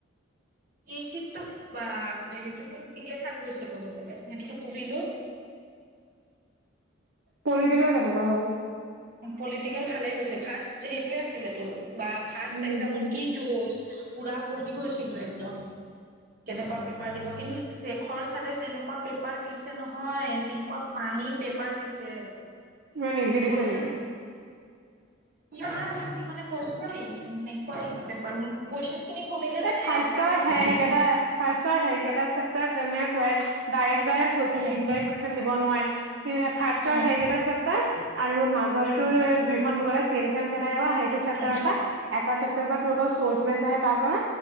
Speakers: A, on the right; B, on the right.
A: পি এচ চি টো বাপৰে সেইটোতো ঠিকেই থাক গৈছে ক'বলে সেইটোতো পঢ়িলো
B: পলিটিকেল কেনেকুৱা হ'ল
A: পলিটিকেল ভালে গৈছে ফাৰ্ষ্ট সেইটোয়ে আছিলেতো বা ফাৰ্ষ্ট
B: উম
A: একজামত
B: হম
A: কি যুঁজ পুৰা পঢ়ি গৈছিলো একদম কেনেকুৱা পেপাৰ দিব কিন্তু খৰ চাৰে যেনেকুৱা পেপাৰ দিছে নহয় এনেকুৱা পানী পেপ পাৰ দিছে
B: ইমান ইজি
A: পইচা
B: দিছে নেকি?
A: ইমান ইজি মানে কৈছো কি এনেকুৱা ইজি কোৱেচন খিনি শুনিলে মানে
B: এই ফাৰ্ষ্টৰ
A: কান্দি
B: সে
A: দিবি
B: সেইকেইটা ফাৰ্ষ্টৰ সেইকেইটা এটা চেপটাৰ তেনে কোৱাই ডায়েক ডায়েক কুৱেচন
A: উম
B: খিনি ইনডাৰেক কোৱেচন দিব নোৱাৰে হয় <unintelligible> ফাস্তৰ
A: উম
B: সেই কেইটা চেপ্টাৰ আৰু মাজতো
A: উম
B: দুইখন বুকৰে চিন তেওঁ চাৰ <unintelligible> তাই সেউৱা সেইটো চেপ্টাৰৰ
A: উম
B: পৰা এটা চেপটাৰ পৰা তোৰ অকল চচ বেচ আহ তাৰ পৰা